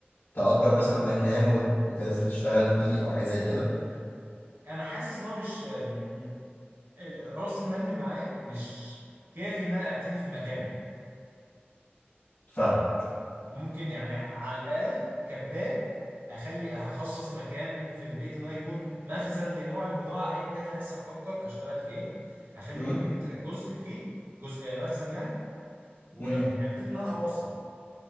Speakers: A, on the left; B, on the right.
A: تأجر مثلا مكان وت- وتنزل تشتغل فيه او حاجة زي كده
B: انا حاسس ان هو مش م- م- ال- راس المال اللي معايا مش كافي ان انا ابتدي في مكان
A: فاهمك
B: ممكن يعني على الأقل كبداية أخلي هخصص مكان في البيت إن هو يكون مخزن لنوع البضاعة أيا كانت لا لسه هفكر أشتغل في إيه هخلي
A: مم.
B: البيت جزء فيه جزء آه، مخزن يعني وأبتدي
A: مم.
B: إن أنا أوصل